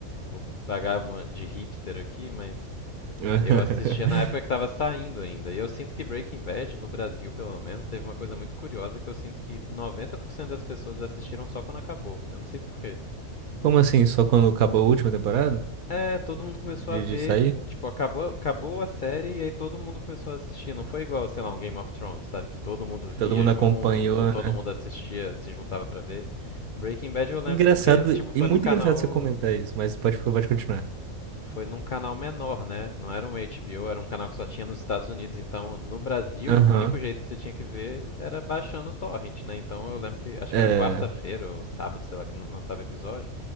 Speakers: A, on the left; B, on the right.
A: vou pagar uma de hipster aqui, mas
B: <laughs>
A: eu assistia na época que tava saindo ainda. E eu sinto que Breaking Bad, no Brasil pelo menos, teve uma coisa muito curiosa que eu sinto que 90% das pessoas assistiram só quando acabou. Eu não sei por quê.
B: Como assim? Só quando acabou a última temporada?
A: É, todo mundo começou
B: De,
A: a ver,
B: de sair?
A: tipo, acabou, acabou a série e aí todo mundo começou a assistir. Não foi igual, sei lá, um Game of Thrones, sabe? Que todo mundo
B: E
A: via
B: todo mundo
A: junto,
B: acompanhou,
A: todo
B: né?
A: mundo assistia, se juntava pra ver. Breaking Bad eu lembro
B: Engraçado,
A: porque, tipo, foi
B: e muito
A: num canal
B: engraçado você comentar isso, mas pode, pode continuar.
A: foi num canal menor, né? Não era um HBO, era um canal que só tinha nos Estados Unidos. Então, no Brasil,
B: Aham.
A: o único jeito que você tinha que ver era baixando o torrent, né? Então, eu lembro que acho
B: É.
A: que era quarta-feira ou sábado, sei lá, que lançava episódio.